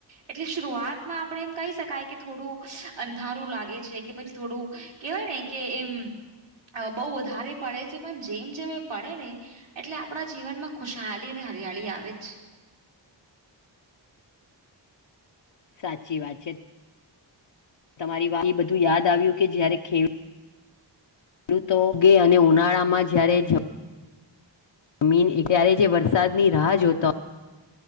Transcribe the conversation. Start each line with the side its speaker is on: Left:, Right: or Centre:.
Right: એટલે શરૂઆત માં આપડે એમ કહી શકાય કે થોડું અંધારું લાગે છે કે પછી થોડું કેવાય ને કે એમ બહુ વધારે પડે છે પણ જેમ જેમ એ પડે ને એટલે આપણા જીવનમાં ખુશહાલી અને હરિયાળી આવે જ
Left: સાચી વાત છે તમારી વાત એ બધું યાદ આવ્યું કે જ્યારે ખેડૂત ખેડૂતો ઉગે અને ઉનાળામાં જ્યારે જ જમીન ત્યારે જે વરસાદની રાહ જોતો